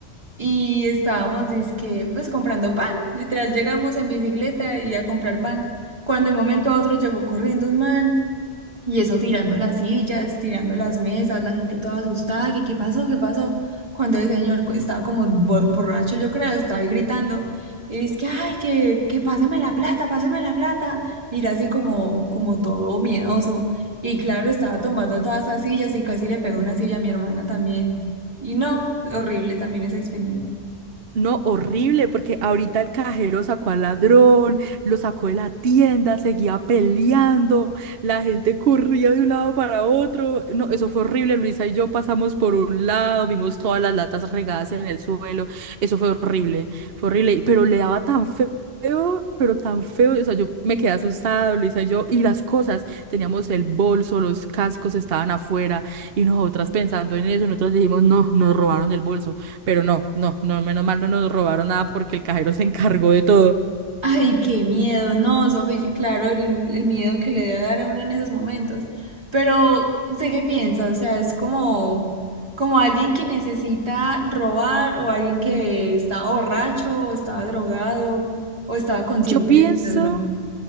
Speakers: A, on the right; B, on the right.
A: Y estábamos, dizque, pues comprando pan. Literal, llegamos en bicicleta y a comprar pan. Cuando de un momento a otro llegó corriendo un man. Y eso tirando las sillas, tirando las mesas, la gente toda asustada, que qué pasó, qué pasó. Cuando el señor co- estaba como bo- borracho, yo creo, estaba ahí gritando. Y dice que, ay, que, que páseme la plata, páseme la plata. Y era así como, como todo miedoso. Y claro, estaba tomando todas esas sillas y casi le pegó una silla a mi hermana también. Y no, horrible también esa experiencia.
B: No, horrible, porque ahorita el cajero sacó al ladrón, lo sacó de la tienda, seguía peleando, la gente corría de un lado para otro. No, eso fue horrible. Luisa y yo pasamos por un lado, vimos todas las latas regadas en el suelo. Eso fue horrible, fue horrible, y- pero le daba tan feo. pero tan feo, o sea, yo me quedé asustada, Luisa y yo, y las cosas, teníamos el bolso, los cascos estaban afuera, y nosotras pensando en eso, nosotros dijimos, no, nos robaron el bolso. Pero no, no, no, menos mal no nos robaron nada porque el cajero se encargó de todo.
A: Ay, qué miedo, no, Sofi, claro, el, el miedo que le debe dar a uno en esos momentos, pero sé qué piensa, o sea, es como, como alguien que necesita robar o alguien que estaba borracho o estaba drogado o estaba consciente
B: Yo pienso.
A: del ladrón.